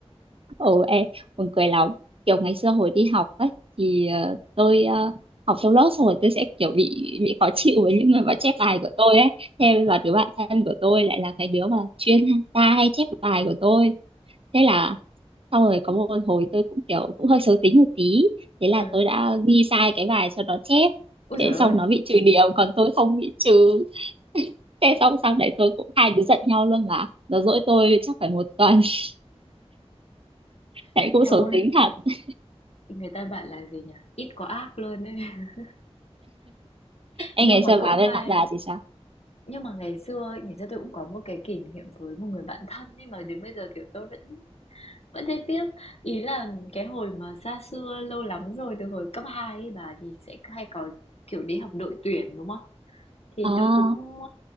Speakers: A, on the right; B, on the left.
A: ừ em buồn cười lắm kiểu ngày xưa hồi đi học ấy thì ờ, tôi ờ, học trong lớp xong rồi tôi sẽ kiểu bị bị khó chịu với những người mà chép bài của tôi ấy thế và đứa bạn thân của tôi lại là cái đứa mà chuyên ta hay chép bài của tôi thế là xong rồi có một hồi tôi cũng kiểu cũng hơi xấu tính một tí thế là
B: ừ
A: tôi đã ghi sai cái bài cho nó chép
B: ôi
A: thế
B: trời ơi
A: xong nó bị trừ điểm còn tôi không bị trừ <laughs> thế xong sau đấy tôi cũng hai đứa giận nhau luôn mà nó dỗi tôi chắc phải một tuần <laughs> đấy cũng
B: em
A: xấu
B: ơi
A: tính thật
B: người ta bạn là gì nhỉ ít có ác luôn ấy <laughs>
A: Em
B: nhưng
A: nghĩ
B: mà
A: sao bà
B: cũng
A: với
B: hay
A: bạn đà thì sao?
B: Nhưng mà ngày xưa ấy, ngày xưa tôi cũng có một cái kỷ niệm với một người bạn thân nhưng mà đến bây giờ, kiểu, tôi vẫn vẫn thấy tiếc. Ý là cái hồi mà xa xưa lâu lắm rồi, từ hồi cấp 2 ấy bà, thì sẽ hay có, kiểu, đi học đội tuyển, đúng không? Thì
A: À,
B: tôi cũng,